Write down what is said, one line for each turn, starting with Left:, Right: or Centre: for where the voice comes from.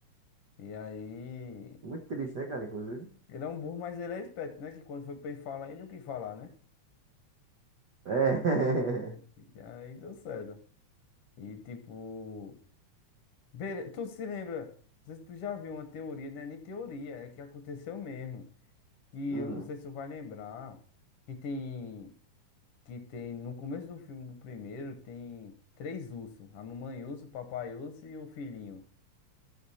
Left: E aí.
Right: Muito triste, né, cara? Inclusive.
Left: Ele é um burro, mas ele é esperto, né? Que quando foi pra ele falar, ele não quis falar, né?
Right: É. <laughs>
Left: E aí deu certo. E tipo. Bele... Tu se lembra? Não sei se tu já viu uma teoria, né? Nem teoria, é que aconteceu mesmo. e
Right: Hum.
Left: eu não sei se tu vai lembrar, que tem, que tem, no começo do filme do primeiro, tem três ursos, a mamãe urso, o papai urso e o filhinho.